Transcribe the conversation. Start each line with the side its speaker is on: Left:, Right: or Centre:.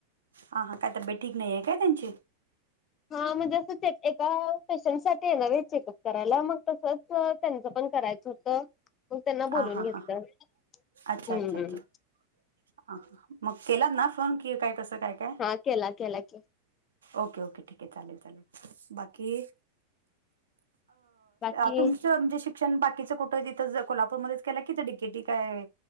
Right: हां हां काय तब्येत ठीक नाहीये काय त्यांची
Left: हा म्हणजे असं एका पेशंट साठी येणार येत चेकअप करायला मग तसच त्यांचं पण करायचं होतं. म्हणून त्यांना
Right: हां
Left: बोलून
Right: हां
Left: घेतलं.
Right: हां हां अच्छा
Left: हूं
Right: अच्छा अच्छा हां हां मग केलात ना फोन की काय कस काय काय
Left: हा केला केला की
Right: ओके ओके ठीकये चालेल चालेल बाकी
Left: बाकी
Right: अ तुमच म्हणजे शिक्षण बाकीच कुठ तीत ज कोल्हापूरमध्येेच केला की ते डिकेटी काय